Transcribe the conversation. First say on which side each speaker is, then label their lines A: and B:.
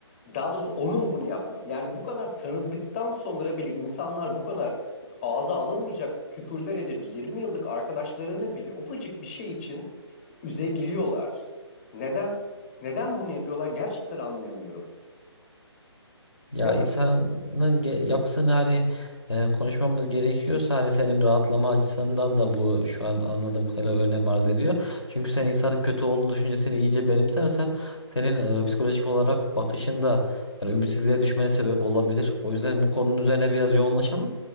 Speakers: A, on the left (about 30°); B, on the left (about 85°).
A: Daha doğrusu onun bunu yapması. Yani bu kadar tanıdıktan sonra bile insanlar bu kadar ağza alınmayacak küfürler edip 20 yıllık arkadaşlarını bile ufacık bir şey için üzebiliyorlar. Neden? Neden bunu yapıyorlar? Gerçekten anlayamıyorum.
B: Ya
A: Ya
B: insanın
A: bu,
B: ge- yapısını hani e, konuşmamız gerekiyorsa hani senin rahatlama açısından da bu şu an anladığım kadarıyla önem arz ediyor. Çünkü sen insanın kötü olduğu düşüncesini iyice benimsersen senin e, psikolojik olarak bakışında hani ümitsizliğe düşmene sebep olabilir. O yüzden bu konunun üzerine biraz yoğunlaşalım.